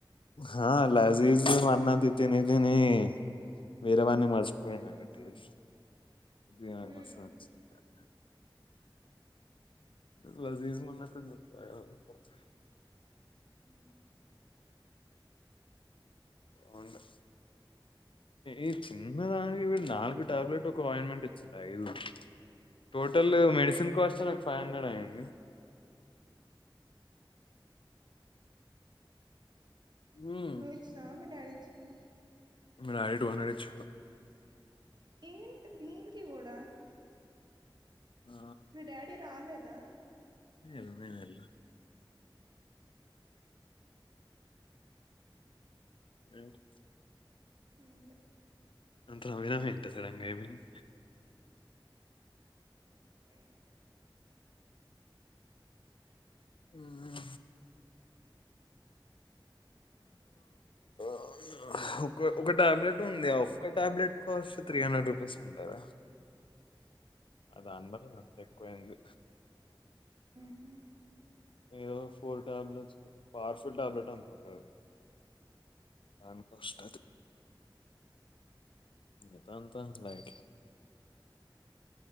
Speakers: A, on the left (about 75°); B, on the right (about 55°).
A: హా <unintelligible> నువండినవన్నీ తిని తిని వేరేవన్నీ మర్షిపోయిన నేన్ టేస్ట్ ఇది కాదు
B: హ్మ్.
A: మసాజ్ సెంటర్ ఇట్ల తీసి <unintelligible>
B: హ్మ్.
A: బాగుండే ఈ చిన్నదానికి వీడు నాలుగు టాబ్లెట్ ఒక అయింట్మెంట్ ఇచ్చిండ ఐదు టోటల్ మెడిసిన్ కాస్ట్ నాకు ఫైవ్ హండ్రెడ్ అయ్యింది ఉమ్.
B: నువిచ్చినవ మీ డాడిచ్చిండ
A: మా డాడీ టూ హండ్రెడ్ ఇచ్చ
B: ఏంటి దీనికి కూడా
A: ఆ,
B: మీ డాడీ రాలేదా
A: ఎల్లుపోయినోళ్లు రెంట్
B: ఎంలే
A: <unintelligible> సడన్గా ఏమైంది
B: లేదు
A: ఉమ్ అవునా ఒక ఒక టాబ్లెట్ ఉంది. ఆ ఒక్క టాబ్లెట్ కొసం త్రి హండ్రెడ్ రూపీస్ ఉంద ఆడ అదాన్ బద్లు నత్తేక్వైంది.
B: ఉహు
A: ఏదో ఫోర్ టాబ్లెట్స్ పవర్ఫుల్ టాబ్లెట్ అనుకుంటాది. నాను కష్టది ఏదాంతా లైట్